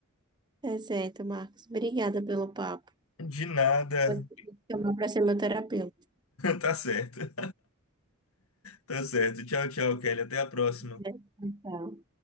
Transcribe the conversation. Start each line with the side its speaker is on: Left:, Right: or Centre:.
Right: É certo, Marcos. Obrigada pelo papo.
Left: De nada.
Right: Vou
Left: <laughs>
Right: te chamar para ser meu terapeuta.
Left: Tá certo. Tá certo. Tchau, tchau, Kelly. Até a próxima.
Right: né? Tchau.